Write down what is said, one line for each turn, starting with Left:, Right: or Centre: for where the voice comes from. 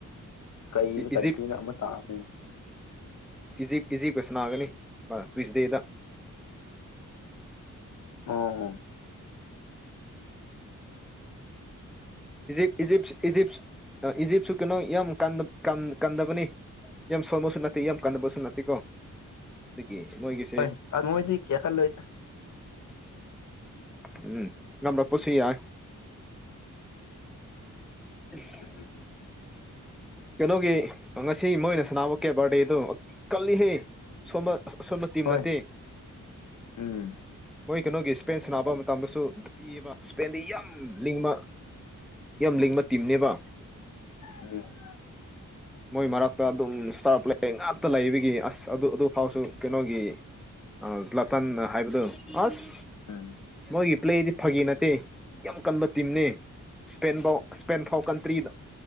Left: ꯀꯩꯅꯣ ꯀꯟꯇꯔ꯭ꯤꯅ
Centre: ꯏꯖꯤꯞ
Left: ꯑꯃꯠꯇ ꯍꯥꯥꯞꯄꯤ
Centre: ꯏꯖꯤꯞ ꯏꯖꯤꯞꯀ ꯁꯅꯥꯒꯅꯤ ꯇ꯭ꯋꯤꯁꯗꯦꯗ
Left: ꯑꯣ
Centre: ꯏꯖꯤꯞ ꯏꯖꯤꯞ ꯏꯖꯤꯞ ꯏꯖꯤꯞꯁꯨ ꯀꯩꯅꯣ ꯌꯥꯝ ꯀꯟꯅ ꯀꯟꯗꯕꯅꯤ ꯌꯥꯝ ꯁꯣꯟꯕꯁꯨ ꯅꯠꯇꯦ ꯌꯥꯝ ꯀꯟꯅꯕꯁꯨ ꯅꯠꯇꯦ ꯀꯣ ꯑꯗꯨꯒꯤ ꯃꯣꯏꯒꯤ
Left: ꯍꯣꯏ ꯑ ꯃꯣꯏꯗꯤ ꯀꯌꯥ ꯀꯜꯂꯣꯏꯗ
Centre: ꯎꯝ ꯉꯝꯂꯛꯄꯁꯨ ꯌꯥꯏ ꯎꯝ ꯍ
Left: ꯎꯝ
Centre: ꯀꯩꯅꯣꯒꯤ ꯉꯁꯤ ꯃꯣꯏꯅ ꯁꯥꯟꯅꯕ ꯀꯦꯕꯥꯔꯗꯦꯗꯣ ꯀꯜꯂꯤꯍꯦ ꯁꯣꯝꯕ ꯑꯁ ꯑꯁꯣꯟꯕ ꯇꯤꯝ
Left: ꯍꯣꯏ
Centre: ꯅꯠꯇꯦ
Left: ꯎꯝ
Centre: ꯃꯣꯏ ꯀꯩꯅꯣꯒꯤ ꯏꯁꯄꯦꯟ ꯁꯥꯟꯅꯕ ꯃꯇꯝꯗꯁꯨ ꯄꯤꯌꯦꯕ ꯏꯁꯄꯦꯟꯗꯤ ꯌꯥꯝ ꯂꯤꯡꯕ ꯌꯥꯝ ꯂꯤꯡꯕ ꯇꯤꯝꯅꯦꯕ
Left: ꯎꯝ
Centre: ꯃꯣꯏ ꯃꯔꯛꯇ ꯑꯗꯨꯝ ꯏꯁꯇꯥꯔ ꯄ꯭ꯂꯦ ꯉꯥꯛꯇ ꯂꯩꯕꯒꯤ ꯑꯁ ꯑꯗꯨ ꯑꯗꯨ ꯐꯥꯎꯁꯨ ꯀꯩꯅꯣꯒꯤ ꯑ ꯂꯇꯟ ꯍꯥꯏꯕꯗꯨ ꯑꯁ
Left: ꯎꯝ
Centre: ꯃꯣꯏꯒꯤ ꯄ꯭ꯂꯦꯗꯤ ꯐꯒꯤ ꯅꯠꯇꯦ ꯌꯥꯝ ꯀꯟꯕ ꯇꯤꯝꯅꯦ ꯏꯁꯄꯦꯟ ꯕꯧ ꯏꯁꯄꯦꯟ ꯐꯥꯎ ꯀꯟꯇ꯭ꯔꯤꯗ